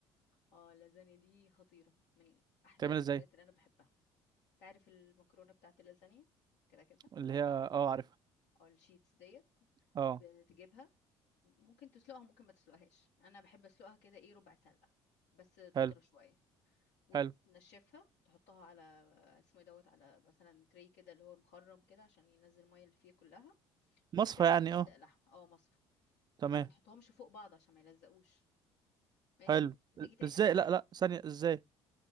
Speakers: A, on the left; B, on the right.
A: اه اللازانيا دي خطيرة من احلى
B: بتعمل
A: الاكلات
B: ازاي
A: اللي انا بحبها تعرف المكرونة بتاعت اللازانيا كده كده
B: اللي هي اه عارفها
A: او الشيتس ديت
B: اه
A: بتجيبها ممكن تسلقها ممكن ما تسلقهاش انا بحب اسلقها كده ايه ربع سلقة بس تطرى
B: حلو
A: شوية وتنشفها
B: حلو
A: تحطها على اسمه إيه دوت على مثلا تري كده اللي هو مخرم كده عشان ينزل المية اللي فيه كلها
B: مصفى
A: بتعمل
B: يعني
A: تبدأ
B: اه
A: لحمة اه مصفى
B: تمام
A: بس ما تحطهمش فوق بعض عشان ما يلزقوش ماشي
B: حلو
A: وتيجي تايقه
B: ازاي
A: من اللحمه
B: لا لا ثانية ازاي